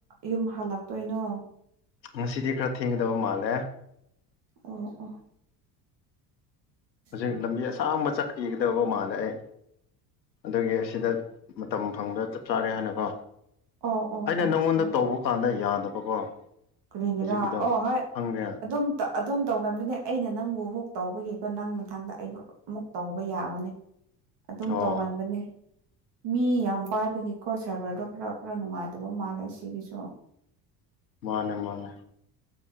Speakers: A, on the right; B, on the left.
A: ꯌꯨꯝ ꯍꯜꯂꯛꯇꯣꯏꯅꯣ
B: ꯉꯁꯤꯗꯤ ꯈꯔ ꯊꯦꯡꯒꯗꯕ ꯃꯥꯜꯂꯦ
A: ꯑꯣ ꯑꯣ
B: ꯍꯨꯖꯤꯛ
A: ꯑꯣ
B: ꯂꯝꯕꯤ ꯑꯁꯥꯡꯕ ꯆꯠꯈꯤꯒꯗꯕ ꯃꯥꯜꯂꯦ ꯑꯩ ꯑꯗꯨꯒꯤ ꯁꯤꯗ ꯃꯇꯝ ꯐꯪꯕ ꯆꯞ ꯆꯥꯔꯦ ꯍꯥꯏꯅꯀꯣ
A: ꯑꯣ ꯑꯣ
B: ꯑꯩꯅ
A: ꯑꯣ
B: ꯅꯪꯉꯣꯟꯗ
A: ꯑꯣ
B: ꯇꯧꯕ ꯀꯥꯟꯗ ꯌꯥꯗꯕꯀꯣ
A: ꯀꯔꯤꯒꯤꯔꯥ
B: ꯍꯧꯖꯤꯛꯀꯤꯗꯣ
A: ꯑꯣ ꯍꯣꯏ
B: ꯈꯪꯗꯦ
A: ꯑꯗꯨꯝ ꯑꯗꯨꯝ ꯇꯧꯒꯟꯕꯅꯦ ꯑꯩꯅ ꯅꯪꯕꯨ ꯑꯃꯨꯛ ꯇꯧꯕꯒꯤꯀꯣ ꯅꯪ ꯃꯊꯪꯗ ꯑꯩꯕꯨ ꯑꯃꯨꯛ ꯇꯧꯕ ꯌꯥꯕꯅꯦ ꯑꯗꯨꯝ
B: ꯑꯣ
A: ꯇꯧꯒꯟꯕꯅꯦ ꯃꯤ ꯌꯥꯝ ꯄꯥꯏꯕꯒꯤꯀꯣ ꯁꯔꯚꯔꯗꯣ ꯈꯔ ꯈꯔ ꯅꯨꯡꯉꯥꯏꯇꯕ ꯃꯥꯜꯂꯦ ꯁꯤꯒꯤꯁꯨ
B: ꯃꯥꯅꯦ ꯃꯥꯅꯦ